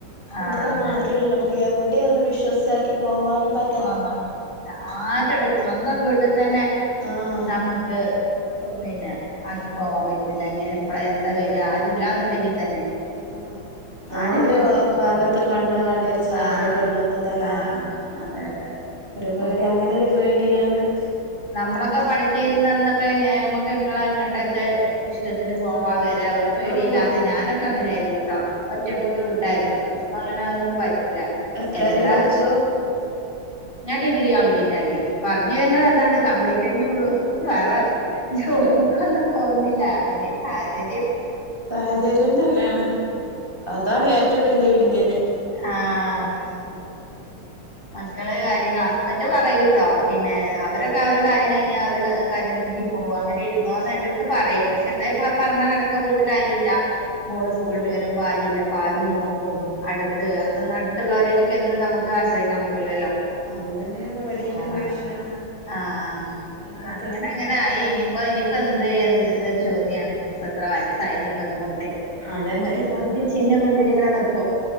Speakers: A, on the left; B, on the right.
A: ആഹ്
B: പണ്ടത്തെ
A: അതെ
B: മാതിരിയല്ലല്ലോ
A: അതെ
B: നമുക്ക്‌ എവിടിയോന്ന് വിശ്വസ്ചാക്കി പോവാനും പ
A: പോവാൻപറ്റില്ല ആരടെവീ സ്വന്തം വീട്ട് തന്നെ
B: ആഹ്
A: നമ്ക്ക് പിന്നെ ആക്കി പോവാൻ പറ്റ് ല്ല ഇങ്ങനെ
B: ഉം
A: ഇപ്പഴ എന്താ വര ആരും ഇല്ലാന്നുണ്ടെങ്കിൽ തന്നെ
B: ആഹ് നല്
A: ആരേം വിശ്വസിക്കാൻ
B: വാ ഭാഗത്തും
A: പറ്റില്ല
B: കണ്ണ് വേണ്ട ഒരു സാഹചര്യാണ്
A: ആഹ്
B: ഇന്നത്തെ കാലം
A: ആഹ് അതെ അതെ
B: ഒരു പേടി
A: മക്കളെ
B: അങ്ങനെ ഒരു പേടിയാണ് പ്
A: നമ്മളൊക്കെ പഠിചീര്ന്ന അന്നൊക്കെയ്ൻ നമ്മക്ക്ങ്ങെളെ എങ്ങട്ടാച്ചാ ഇഷ്ടത്തിന് പോവാ വെര് ഒരു പേടിയില്ലാതെ
B: ആഹ്
A: ഞാനൊക്കെ അങ്ങനെ ആയിരുന്നു ട്ടോ ഒറ്റൊക്കൊക്കെ
B: ഉം
A: വിട്ട് ട്ടായിര്ന്നു. ഇപ്പൊ അങ്ങന അന്നും പറ്റില്ല
B: എത്ര
A: എന്നിട്ടാ
B: വരെ പഠിച്ചു
A: ഞാൻ ഡിഗ്രി കംപ്ലീറ്റ് ആക്കി പറഞ് വര്ണത് അതാണ് കംപ്ലീറ്റന്നെ ഒള്ളൂ. വേറെ ജോലിക്കൊന്നും പോവുന്നില്ല അതന്നെ സാഹചര്യം
B: സാഹചര്യം തന്നെണ് അതാണ് ഏറ്റവും വല്യ വില്യന്
A: ആഹ് അതാണ് മക്കള് കാര്യങ്ങ ഹസ്ബന്റ് പറയൂട്ടോ പിന്നെ അവരൊക്കെ അവരെ കാര്യം കയ്ഞ്ഞ അവര് കാര്യം നോക്കി പ് പോവുംഅങ്ങനെ ഇരുന്നോന്ന് എന്റെ അടുത്ത് പറയും പഷെ എന്തെ പ പറഞ്ഞ എനക്ക് വീട്ടിലാരുല്ല മോള്
B: ആഹ്
A: സ്കൂള്ട്ട് വരുമ്പോ ആര്ല്ല അപ്പൊ ആര് നോക്കും അട്‌ത്ത് അതൊന്നടുത്തുള്ളോരൊക്കെപ്പെന്നും നമുക്ക് ആശ്രയിക്കാൻ പറ്റൂലല്ലോ
B: അത് തന്നെയാണ് ഇവിടെയൊക്കെയുള്ള
A: ആഹ്
B: വിഷയം
A: ആഹ്
B: നമ്മക്ക്
A: അങ്ങനങ്ങൻ ആയി ഇനിയിപ്പോ ഇനിയിപ്പോ എന്ത്‌ എന്ന്ന്നൊരു ചോദ്യാണ് ഇപ്പ എത്ര വയസ്സായി ഇനിയിപ്പങ്ങോ ട്ട്
B: അതന്നെ
A: ഒരു ചോദ്യ ചിഹ്നം മുന്നില്ങ്ങനെ നിക്കും